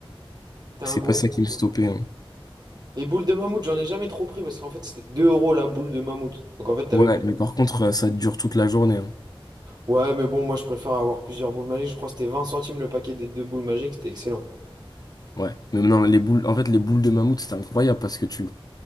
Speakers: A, on the right (about 50°); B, on the left (about 45°).
A: T'es un
B: c'est
A: gourmand,
B: pas ça qui
A: quoi.
B: me stoppait. hein.
A: Les boules de mammouth, j'en ai jamais trop pris parce qu'en fait, c'était 2 euros la boule de mammouth. Donc en fait, t'avais
B: Ouais,
A: plus.
B: mais par contre, euh, ça dure toute la journée. hein.
A: Ouais, mais bon, moi, je préfère avoir plusieurs boules magiques. Je crois que c'était 20 centimes le paquet des deux boules magiques. C'était excellent.
B: Ouais. Mais non, les boules, en fait, les boules de mammouth, c'était incroyable parce que tu,